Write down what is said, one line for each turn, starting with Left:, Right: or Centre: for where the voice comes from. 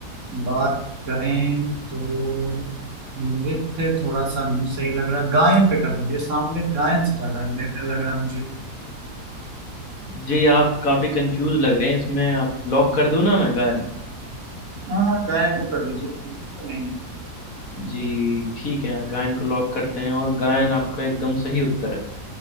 Right: बात करें तो नृत्य थोड़ा सा नहीं सही लग रहा गायन पे कर दीजिए सामने गायन से ज्यादा रिलेटेड लग रहा है मुझे
Left: जी आप काफी कंफ्यूज लग रहे हैं इसमें आप लॉक कर दूं ना मैं गायन
Right: हाँ हाँ गायन को कर दीजिए नृत्य नहीं
Left: जी ठीक है गायन को लॉक करते हैं और गायन आपका एकदम सही उत्तर है